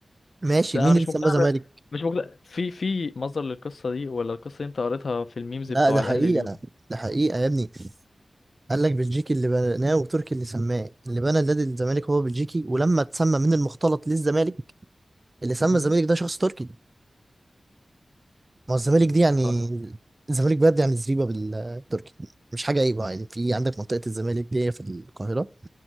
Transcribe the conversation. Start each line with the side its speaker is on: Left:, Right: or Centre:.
Right: ماشي
Left: بس انا
Right: مين
Left: مش
Right: اللي سماه
Left: مقتنع
Right: زمالك
Left: ب- مش مقتنع في في مصدر للقصه دي ولا القصه دي انت قريتها في الميمز
Right: لا
Left: بتوع
Right: ده
Left: الاهلي
Right: حقيقه
Left: اليوم
Right: ده حقيقه يا ابني قال لك بلجيكي اللي بناه وتركي اللي سماه اللي بنى النادي الزمالك هو بلجيكي ولما اتسمى من المختلط للزمالك اللي سمى
Left: مم.
Right: الزمالك ده شخص تركي ما هو الزمالك دي يعني
Left: طيب
Right: الزمالك بجد يعني زريبه بالتركي مش حاجه عيبه يعني في عندك منطقه الزمالك دي في القاهره